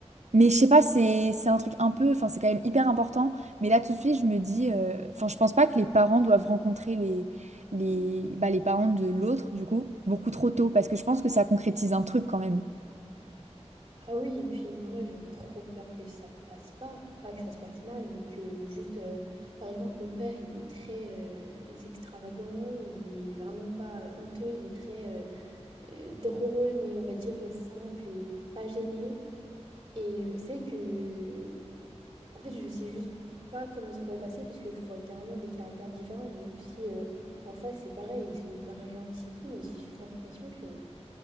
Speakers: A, on the right; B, on the right.
A: mais je sais pas, c'est c'est un truc un peu, enfin c'est quand même hyper important. Mais là tout de suite, je me dis, euh, enfin je pense pas que les parents doivent rencontrer les les bah, les parents de l'autre du coup beaucoup trop tôt parce que je pense que ça concrétise un truc quand même.
B: Ah oui, et puis moi j'aurais trop peur que ça passe pas, pas que ça se passe mal, mais que juste, euh, par exemple, mon père il est très euh, extravagant, il est vraiment pas honteux, il est très euh, euh, drôle, mais on va dire euh, simple et pas gêné. Et je sais que, en fait, je sais juste pas comment ça pourrait passer parce que je vois carrément des caractères différents, même si euh, en face c'est pareil, ils sont hyper gentils et tout, mais j'ai juste l'impression que,